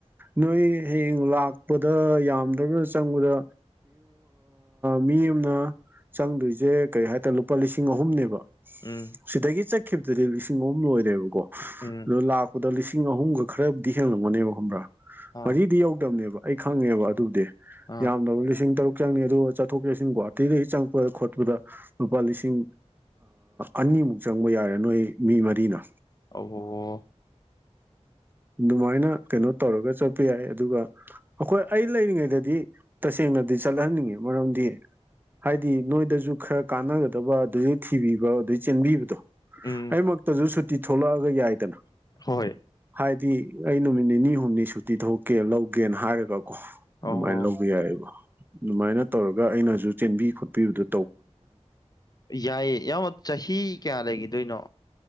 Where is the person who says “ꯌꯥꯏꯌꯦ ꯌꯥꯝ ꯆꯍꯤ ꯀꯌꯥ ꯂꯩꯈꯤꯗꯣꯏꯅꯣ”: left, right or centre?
Left